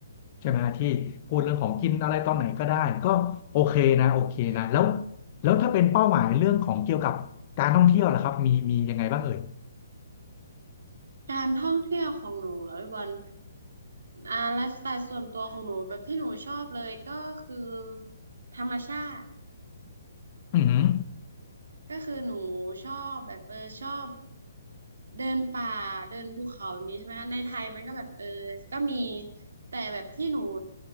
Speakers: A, on the left; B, on the right.
A: ใช่ไหมที่พูดเรื่องของกินอะไรตอนไหนก็ได้ก็โอเคนะโอเคนะแล้ว
B: ใช่
A: แล้วถ้าเป็นเป้าหมายเรื่องของเกี่ยวกับการท่องเที่ยวล่ะครับมีมียังไงบ้างเอ่ย
B: การท่องเที่ยวของหนูเหรอพี่บอลอ่าไลฟ์สไตล์ส่วนตัวของหนูแบบที่หนูชอบเลยก็คือธรรมชาติ
A: อือหือ
B: ก็คือหนูชอบแบบเออชอบเดินป่าเดินภูเขาแบบนี้ใช่ไหมคะในไทยมันก็แบบเออก็มีแต่แบบที่หนู